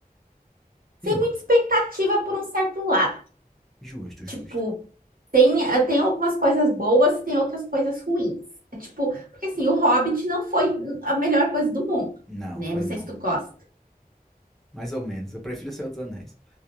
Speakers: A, on the right; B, in the centre.
A: Sem
B: Hum.
A: muita expectativa por um certo lado.
B: Justo, justo.
A: Tipo, tem, eh, tem algumas coisas boas, tem outras coisas ruins. É tipo, porque assim, o Hobbit não foi a melhor coisa do mundo,
B: Não,
A: né?
B: foi
A: Não sei
B: não.
A: se tu gosta.
B: Mais ou menos. Eu prefiro O Senhor dos Anéis.